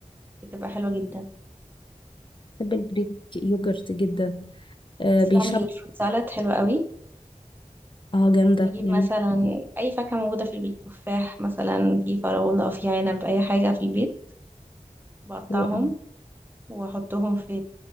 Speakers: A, on the right; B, on the left.
A: بتبقى حلوة جدا
B: بحب الجريك يوجرت جدا آه
A: بس
B: بيشبع
A: بعمل الفروت سالاد حلوة قوي
B: اه جامدة
A: نجيب
B: جميل
A: مثلا أي فاكهة موجودة في البيت تفاح مثلا في فراولة في عنب أي حاجة في البيت بقطعهم
B: حلوة قوي
A: وأحطهم في